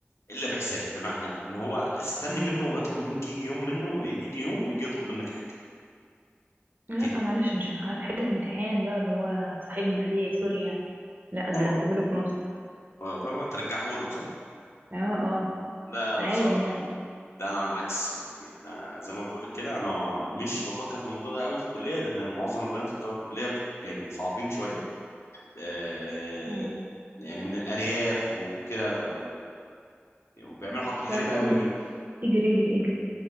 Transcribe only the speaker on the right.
لا
معلش مش هخ- حتة امتحان بقى اللي هو صاحبني عليه سوري يعني لا ده
أنا اديهولك ونص
اه اه
عادي
يعني
مم.
لا
لا
اجري اجري اجري